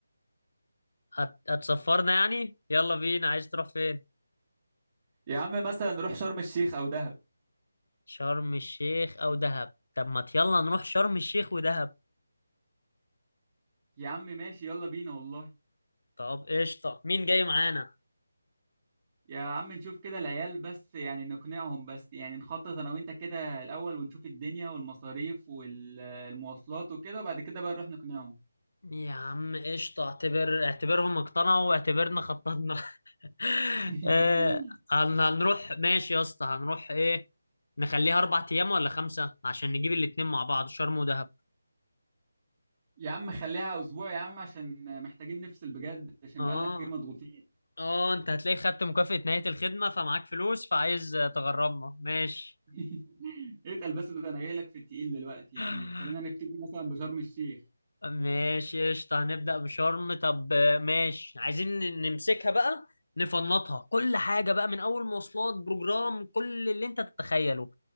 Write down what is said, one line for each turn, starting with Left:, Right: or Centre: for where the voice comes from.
Left: هت... هتسفرنا يعني يلا بينا عايز تروح فين
Right: يا عم مثلا نروح شرم الشيخ او دهب
Left: شرم الشيخ او دهب طب ما يلا نروح شرم الشيخ ودهب
Right: يا عم ماشي يلا بينا والله
Left: طب قشطه مين جاي معانا
Right: يا عم نشوف كده العيال بس يعني نقنعهم بس يعني نخطط انا وانت كده الاول ونشوف الدنيا والمصاريف والمواصلات وكده وبعد كده بقى نروح نقنعهم
Left: يا عم قشطه اعتبر اعتبرهم اقتنعوا واعتبرنا خططنا <laughs>
Right: <laughs>
Left: <laughs> آه هن- هنروح ماشي يا اسطى هنروح ايه نخليها اربع ايام ولا خمسه عشان نجيب الاتنين مع بعض شرم ودهب
Right: يا عم خليها اسبوع يا عم عشان محتاجين نفصل بجد عشان
Left: اه
Right: بقالنا كتير مضغوطين
Left: اه انت هتلاقي خدت مكافأة نهاية الخدمة فمعاك فلوس فعايز آه، تغرمنا ماشي
Right: <laughs> اتقل بس ده انا جاي لك في التقيل دلوقتي
Left: <laughs>
Right: يعني خلينا نبتدي مثلا بشرم الشيخ
Left: ماشي قشطة هنبدأ بشرم طب آه، ماشي عايزين ن- نمسكها بقى نفنطها كل حاجة بقى من أول مواصلات بروجرام كل اللي أنت تتخيله